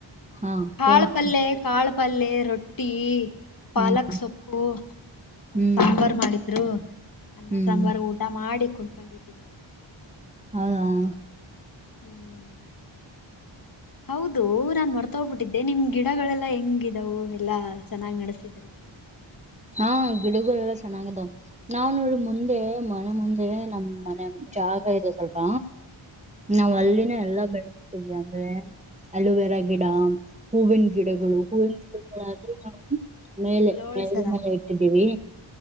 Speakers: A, on the right; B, on the left.
A: ಹಾ
B: ಕಾಳಪಲ್ಲೆ
A: ಕೇಳಿಸ್ತ
B: ಕಾಳುಪಲ್ಲೆ ರೊಟ್ಟಿ ಪಾಲಕ್
A: ಹ್ಮ್
B: ಸೊಪ್ಪು ಅ
A: ಹ್ಮ್
B: ಸಾಂಬರ ರ್ಮಾಡಿದ್ರು ಅನ್ನ
A: ಹ್ಮ್
B: ಸಾಂಬಾರ್ ಊಟ ಊಟ ಮಾಡಿ ಕುತ್ಕೊಂಡಿದ್ದೀ ನೋಡ್
A: ಹೌದ
B: ಹ್ಮ್
A: <inaudible>
B: ಹೌದು ನಾನ್ ಮರ್ತ್ಬಿಟ್ಟಿದ್ದೆ ನಿಮ್ ಗಿಡಗಳೆಲ್ಲಾ ಹೆಂಗಿದವು ಎಲ್ಲಾ ಚೆನ್ನಾಗ್ ನಡೆಸ್ಸತಿದೀರಾ
A: ಹಾ ಗಿಡಗಳೆಲ್ಲ ಚೆನ್ನಾಗದವು ನಾವ್ ನೋಡ ಮುಂದೆ ಮನೆ ಮುಂದೆ ನಮ್ಮ ಮನೆ ಜಾಗ ಇದೆ ಸ್ವಲ್ಪ ನಾವ್
B: ಹಾ
A: ಅಲ್ಲಿನ ಎಲ್ಲಾ ಬೆಳೆಸ್ತೀವಿ ಅಂದ್ರೆ ಅಲೋವೆೆರಾ ಗಿಡ ಹೂವಿನ ಗಿಡಗಳು ಹೂವಿನ ಗಿಡಗಳಾದ್ರೆ ನಾವು ಮೇಲೆ
B: ಲೋಳ್ಸರ
A: ಮೇಲ್ಗೆ ಮೇಲೆ ಇಟ್ಟಿದೀವಿ